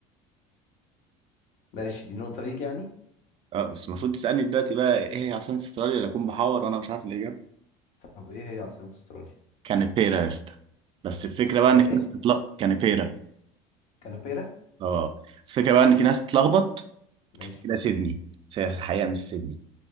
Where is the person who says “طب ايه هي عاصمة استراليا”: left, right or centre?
Left